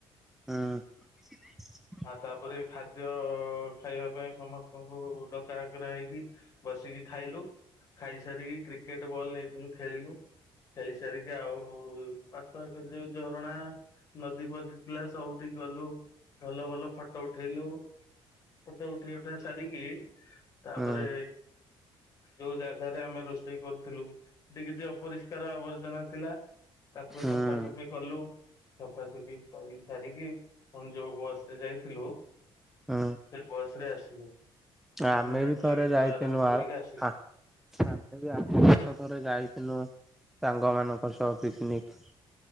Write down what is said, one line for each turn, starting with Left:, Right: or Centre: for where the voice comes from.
Centre: ହୁଁ। <unintelligible>
Left: ଆଉ ତାପରେ ଖାଦ୍ୟ ଖାଇବା ପାଇଁ ସମସ୍ତଙ୍କୁ ଡକାହକରା ହେଇକି ବସିକି ଖାଇଲୁ। ଖାଇସାରିକି କ୍ରିକେଟ ବଲ୍ ନେଇଥିଲୁ ଖେଳିଲୁ। ଖେଳି ସାରିକି ଆଉ ପାଖ ଆଖରେ ଯୋଉ ଝରଣା ନଦୀ ଫଦୀ ଥିଲା ସବୁଠିକି ଗଲୁ ଭଲ ଭଲ ଫଟୋ ଉଠେଇଲୁ। ଫଟ ଉଠେଇ ଉଠେଇ ସାରିକି, ତାପରେ
Centre: ହୁଁ
Left: ଯୋଉ ଜା ଯାଗାରେ ଆମେ ରୋଷେଇ କରୁଥିଲୁ ସେଠି କିଛି ଅପରିଷ୍କାର ଆବର୍ଜନା ଥିଲା ତାକୁ
Centre: ହୁଁ
Left: ସଫାସଫି କଲୁ। ସଫାସଫି କରି ସାରିକି ପୁଣି ଯୋଉ ବସ ରେ ଯାଇଥିଲୁ
Centre: ହଁ।
Left: ସେ ବସ୍ ରେ ଆସିଲୁ। ପୁଣି
Centre: ଆମେ
Left: ନାଚ
Centre: ବି ଥରେ
Left: ଗୀତ
Centre: ଯାଇଥିଲୁ
Left: ଆରାମ
Centre: ଆ
Left: କରିକି ଆସିଲୁ।
Centre: ଆ ଆମେ ବି ଆର ବର୍ଷ ଥରେ ଯାଇଥିଲୁ ସାଙ୍ଗ ମାନଙ୍କ ସହ ପିକ୍ନିକ୍।